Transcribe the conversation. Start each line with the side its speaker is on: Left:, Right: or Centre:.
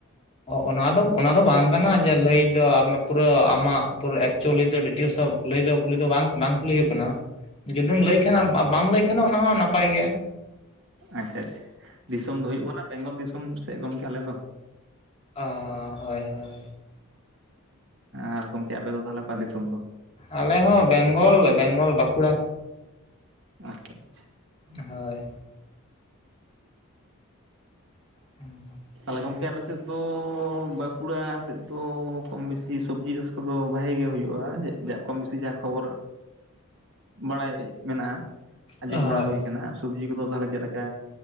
Left: ᱚᱱᱟ ᱫᱚ ᱚᱱᱟ ᱫᱚ ᱵᱟᱝ ᱠᱟᱱᱟ ᱡᱮ ᱞᱟᱹᱭ ᱫᱚ ᱟᱢᱟᱜ ᱯᱩᱨᱟᱹ ᱟᱢᱟᱜ ᱯᱩᱨᱟᱹ ᱮᱠᱪᱩᱞᱤ ᱫᱚ ᱰᱤᱴᱮᱞᱥ ᱫᱚ ᱞᱟᱹᱭ ᱫᱚ ᱠᱩᱞᱤ ᱫᱚ ᱵᱟᱝ ᱵᱟᱝ ᱠᱩᱞᱤ ᱦᱩᱭᱩᱜ ᱠᱟᱱᱟ ᱡᱩᱫᱤᱢ ᱞᱟᱹᱭ ᱠᱷᱟᱱ ᱟᱢ ᱵᱟᱢ ᱞᱟᱹᱭ ᱠᱷᱟᱱ ᱚᱱᱟ ᱦᱚᱸ ᱱᱟᱯᱟᱭ ᱜᱮᱭᱟ
Right: ᱟᱪᱷᱟ-ᱟᱪᱷᱟ ᱫᱤᱥᱚᱢ ᱫᱚ ᱦᱩᱭᱩᱜ ᱠᱟᱱᱟ ᱵᱮᱝᱜᱚᱞ ᱫᱤᱥᱚᱢ ᱥᱮᱫ ᱜᱚᱝᱠᱮ ᱟᱞᱮ ᱫᱚ
Left: ᱟᱻ ᱦᱚᱭ ᱦᱚᱭ
Right: ᱟᱨ ᱜᱚᱢᱠᱮ ᱟᱯᱮ ᱫᱚ ᱛᱟᱦᱞᱮ ᱚᱠᱟ ᱫᱤᱥᱚᱢ ᱫᱚ
Left: ᱟᱞᱮ ᱦᱚᱸ ᱵᱮᱝᱜᱚᱞ ᱵᱮᱝᱜᱚᱞ ᱵᱟᱠᱩᱲᱟ
Right: ᱟᱪᱪᱷᱟ ᱟᱪᱪᱷᱟ
Left: ᱦᱚᱭ <inaudible>
Right: ᱦᱚᱭ ᱜᱚᱢᱠᱮ ᱟᱯᱮ ᱥᱮᱫ ᱫᱚ ᱵᱟᱸᱠᱩᱲᱟ ᱥᱮᱫ ᱫᱚ ᱠᱚᱢ-ᱵᱤᱥᱤ ᱥᱚᱵᱽᱡᱤ ᱪᱟᱥ ᱠᱚᱫᱚ ᱵᱷᱟᱜᱮ ᱜᱮ ᱦᱩᱭᱩᱜ-ᱟ ᱡᱮ ᱢᱟ ᱠᱚᱢ ᱵᱤᱥᱤ ᱡᱟᱦᱟᱸ ᱠᱷᱚᱵᱚᱨ᱾ ᱵᱟᱲᱟᱭ ᱢᱮᱱᱟᱜ-ᱟ, ᱟᱸᱡᱚᱢ
Left: ᱦᱳᱭ
Right: ᱵᱟᱲᱟ ᱦᱩᱭᱟᱱᱟ ᱥᱚᱵᱡᱤ ᱠᱚᱫᱚ ᱛᱟᱦᱮ ᱪᱮᱫ ᱞᱮᱠᱟ